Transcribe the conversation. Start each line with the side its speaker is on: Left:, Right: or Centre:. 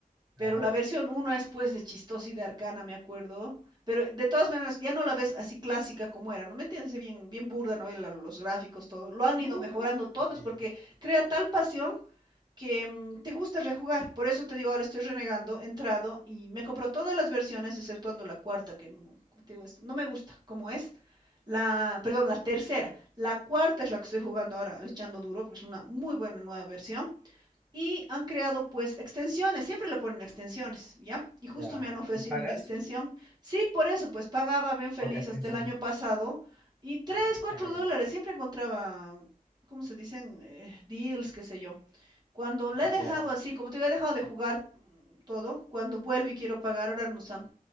Centre: Claro.
Right: Pero la versión uno es pues de chistosa y de arcana, me acuerdo. Pero de todas maneras, ya no la ves así clásica como era, ¿no? ¿Me entiendes? Bien, bien burda, ¿no? El- los gráficos, todo. Lo han
Centre: Mm.
Right: ido mejorando todos
Centre: Sí,
Right: porque crea tal pasión que mm, te gusta rejugar. Por eso te digo, ahora estoy renegando, he entrado y me compró todas las versiones, exceptuando la cuarta, que no, como te digo, es- no me gusta como es. La, perdón, la tercera. La cuarta es la que estoy jugando ahora, echando duro, porque es una muy buena nueva versión. Y han creado pues extensiones, siempre le ponen extensiones, ¿ya? Y justo
Centre: ya.
Right: me han ofrecido
Centre: ¿Y pagas
Right: una extensión. Sí, por eso, pues pagaba bien feliz
Centre: por la extensión?
Right: hasta el año pasado y 3, cuatro
Centre: Ah, ya.
Right: dólares, siempre encontraba, ¿cómo se dicen? Eh, deals, qué sé yo. Cuando le
Centre: Ya,
Right: he dejado así, como te digo, he dejado de jugar mm, todo, cuando vuelvo y quiero pagar, ahora nos han,